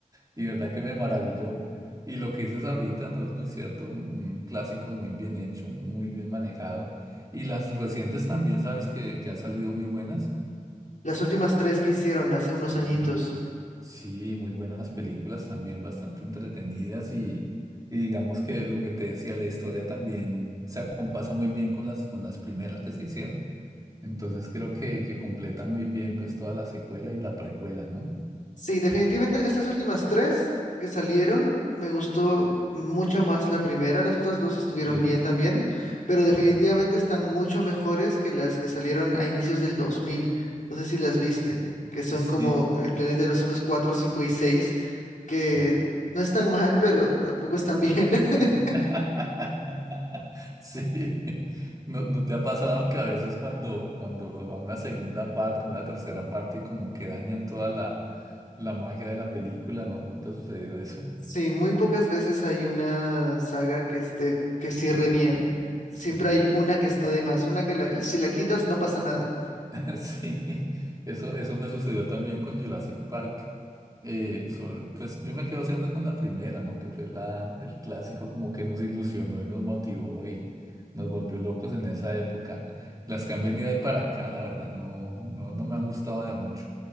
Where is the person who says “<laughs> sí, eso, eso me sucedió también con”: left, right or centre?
Right